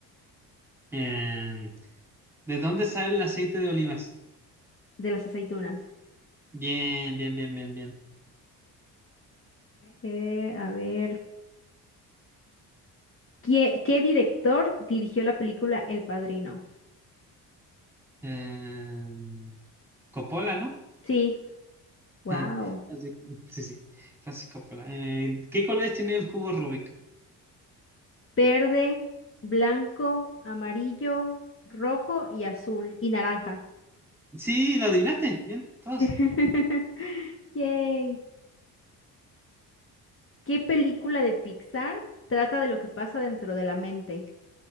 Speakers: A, in the centre; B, on the left.
A: Eh, ¿de dónde sale el aceite de olivas?
B: de las aceitunas.
A: Bien, bien, bien, bien, bien.
B: Eh, a ver, ¿qué, qué director dirigió la película El Padrino?
A: Eh, Coppola, ¿no?
B: Sí,
A: <laughs>
B: wow.
A: Eh, así- sí, sí, Francisco Coppola. Eh, ¿qué colores tiene el cubo Rubik?
B: Verde, blanco, amarillo, rojo y azul y naranja.
A: Sí, lo adivinaste, bien, todos.
B: <laughs> Yay. ¿Qué película de Pixar trata de lo que pasa dentro de la mente?